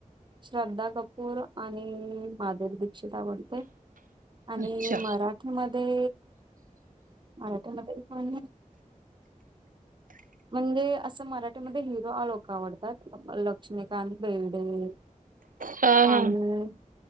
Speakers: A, on the right (about 35°); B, on the right (about 85°).
A: श्रद्धा कपूर आणि मधुरी दीक्षित आवडते. आणि
B: अच्छा
A: मराठीमध्ये मराठीमध्ये पण म्हणजे असं मराठीमध्ये हिरो लोक आवडतात. लक्ष्मीकांत बेर्डे.
B: हा हा
A: आणि